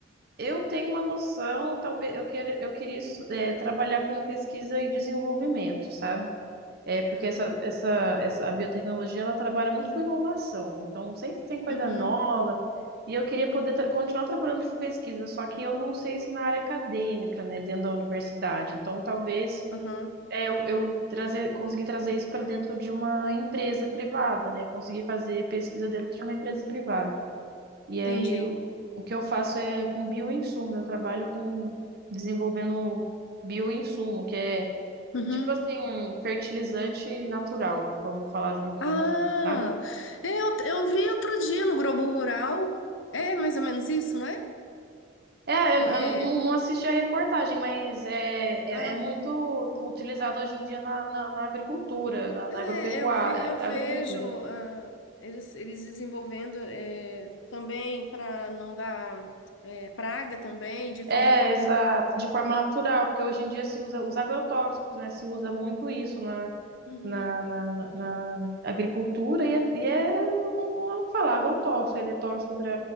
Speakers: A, on the right (about 50°); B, on the left (about 75°).
A: eu tenho uma noção, talvez eu queira, eu queria estu- é, trabalhar com pesquisa e desenvolvimento, sabe? É porque
B: Ah.
A: essa, essa, essa a biotecnologia ela trabalha muito com inovação, então sempre tem coisa
B: Uhum,
A: nova. E eu queria poder tra- continuar trabalhando com pesquisa, só que eu não sei se na área acadêmica, né, dentro da universidade. Então talvez
B: uhum,
A: é, eu, eu trazer, conseguir trazer isso para dentro de uma empresa privada, né, conseguir fazer pesquisa dentro de uma empresa privada. E aí
B: entendi.
A: o, o que eu faço é com bioinsumo, eu trabalho com desenvolvendo bioinsumo, que é
B: Uhum.
A: Tipo assim, fertilizante natural, vamos falar de uma forma
B: Ah,
A: assim, sabe?
B: eu, eu vi outro dia no Globo Rural. É mais ou menos isso, não é?
A: É,
B: É,
A: eu, eu não, não- não assisti a reportagem, mas é, é,
B: ah,
A: é muito utilizado hoje em dia na, na, na agricultura, na, na
B: é,
A: agropecuária,
B: eu vi, eu vejo
A: agricultura, né?
B: ah, eles, eles desenvolvendo é, também para não dar é, praga também de forma
A: É,
B: natural.
A: exato, de forma natural, porque hoje em dia se usa os agrotóxicos, né? Se usa muito isso na,
B: Uhum,
A: na, na, na- na agricultura e é, e é como vamos falar, agrotóxico, ele é tóxico